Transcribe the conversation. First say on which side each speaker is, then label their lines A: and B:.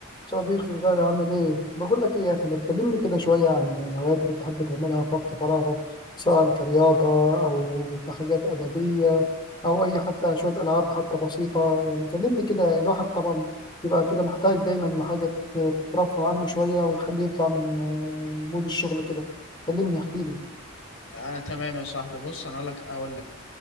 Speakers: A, on the left (about 25°); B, on the left (about 80°).
A: صديقي الغالي عامل ايه؟ بقول لك ايه يا اخي ما تكلمني كده شويه عن عن الهوايات اللي بتحب تعملها في وقت فراغك سواء كرياضه او كحاجات ادبيه او اي حتى شويه العاب حتى بسيطه يعني كلمني كده يعني الواحد طبعا بيبقى كده محتاج دايما لحاجه ت- تترفه عنه شويه وتخليه يطلع من آه، مود الشغل كده كلمني احكي
B: انا تمام يا صاحبي بص انا اقول لك اقول لك